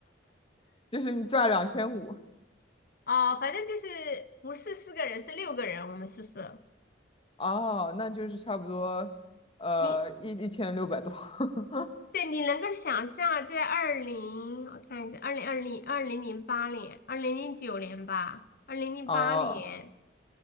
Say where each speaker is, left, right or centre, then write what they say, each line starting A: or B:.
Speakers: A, on the left (about 30°); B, on the left (about 50°).
A: <laughs> 就是你赚两千五，
B: 哦，反正就是不是四个人是六个人，我们宿舍
A: 哦，那就是差不多，呃，
B: 你
A: 一一千六百多，<laughs>
B: 对你能够想象在二零我看一下二零二零二零零八年二零零九年吧二零零八年
A: 哦